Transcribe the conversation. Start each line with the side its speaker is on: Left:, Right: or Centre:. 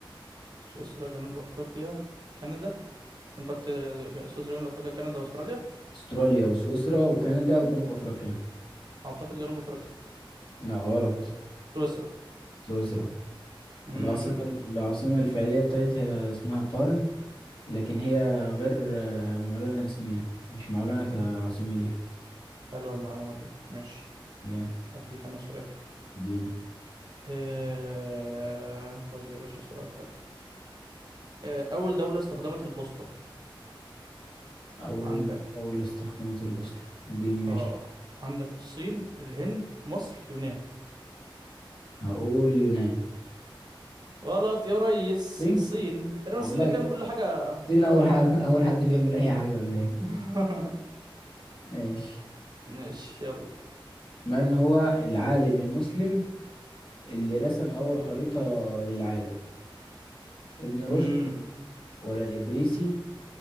Right: سويسرا جنوب افريقيا كندا انت قلت ج- سويسرا جنوب افريقيا كندا استراليا
Left: استراليا وسويسرا وكندا وجنوب افريقيا
Right: اعتقد جنوب افريقيا
Left: لا غلط
Right: سويسرا
Left: سويسرا
Right: امم
Left: العاصمة العاصمة الفعلية بتاعتها اسمها بارن لكن هي غير آه، معلنة رسميا مش معلنة كعاصمة ليها
Right: حلوه المعلومه دي ماشي
Left: جامد
Right: هديك انا سؤال
Left: اديني
Right: آه خد يا باشا سؤال حلو آه أول دولة استخدمت البوصلة
Left: أول
Right: عندك
Left: دولة استخدمت البوصلة اديني ماشي
Right: اه عندك الصين الهند مصر يونان
Left: هقول يونان
Right: غلط يا ريس
Left: الصين
Right: الصين تقريبا
Left: والله
Right: الصين دي بتعمل كل حاجة
Left: الصين
Right: في الأول
Left: أول
Right: ولا
Left: حد
Right: إيه
Left: <laughs> أول حد بيعمل أي حاجة ولا إيه
Right: <laughs>
Left: ماشي
Right: ماشي يلا
Left: من هو العالم المسلم اللي رسم أول خريطة للعالم ابن رشد
Right: امم
Left: ولا الإدريسي